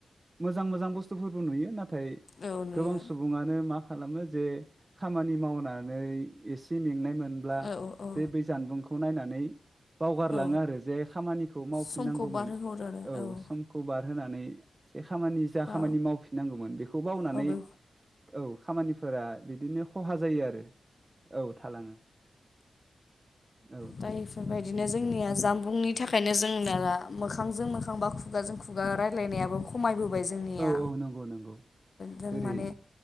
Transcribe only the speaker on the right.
मोजां मोजां बुस्थुफोरबो नुयो नाथ नाथाय
गोबां सुबुङानो मा खालामो जे खामानि मावनानै एसे मेंनाय मोन नब्ला
जे बै जानबुंखौ नायनानै बावगारलाङो
आरो जे खामानिखौ मावफिननांगौमोन
औ समखौ बारहोनानै बे खामानि जा खामानि
मावफिननांगौमोन बेखौ बावनानै
औ खामानिफोरा बिदिनो खहा जायो आरो औ थालाङो। औ
औ औ नंगौ नंगौ
जेरै